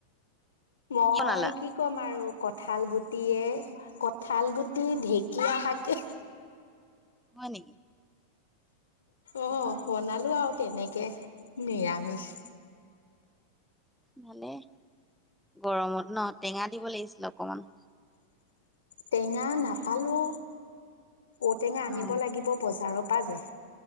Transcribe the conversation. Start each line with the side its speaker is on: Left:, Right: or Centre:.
Left: মই
Centre: কি বনালা
Left: কি ক'ম আৰু কঠাল গুটিয়ে কঠাল গুটি ঢেঁকীয়া শাকে।
Centre: হয় নেকি?
Left: অঁ
Centre: বা
Left: বনালোঁ আৰু তেনেকৈ। নিৰামিষ।
Centre: ভালেই, গৰমত ন টেঙা দিব লাগিছিলে অকমান।
Left: টেঙা নাপালোঁ, ঔটেঙা আনিব
Centre: অ
Left: লাগিব বজাৰৰ <unintelligible>